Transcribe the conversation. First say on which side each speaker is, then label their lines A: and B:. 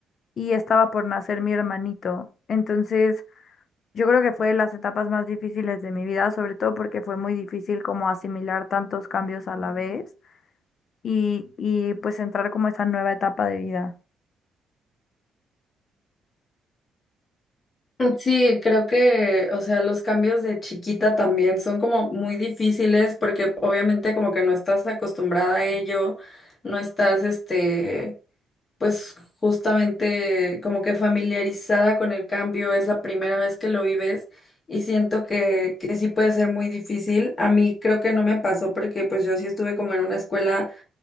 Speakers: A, on the left; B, on the left.
A: y estaba por nacer mi hermanito. Entonces, yo creo que fue de las etapas más difíciles de mi vida, sobre todo porque fue muy difícil como asimilar tantos cambios a la vez y, y pues entrar como a esa nueva etapa de vida.
B: Sí, creo que, o sea, los cambios de chiquita también son como muy difíciles porque obviamente como que no estás acostumbrada a ello, no estás, este, pues justamente como que familiarizada con el cambio, es la primera vez que lo vives y siento que, que sí puede ser muy difícil. A mí creo que no me pasó porque pues yo sí estuve como en una escuela,